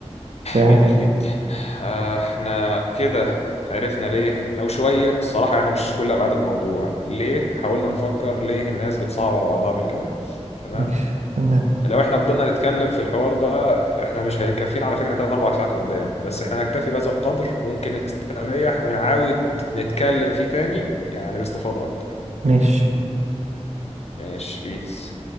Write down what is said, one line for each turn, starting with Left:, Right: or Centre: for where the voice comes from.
Right: فاهم
Left: جميل جدا آه، احنا كده عرفنا ليه او شوية الصراحة يعني مش كل ابعاد الموضوع ليه حاولنا نفكر ليه الناس بتصعب على بعضها في الجواز تمام
Right: ماشي تمام
Left: لو احنا فضلنا نتكلم في الحوار ده احنا مش هيكفينا على فكرة 3 4 ساعات قدام بس احنا نكتفي بهذا القدر وممكن نستريح ونعاود نتكلم فيه تاني يعني باستفاضة اكتر
Right: ماشي
Left: ماشي بيس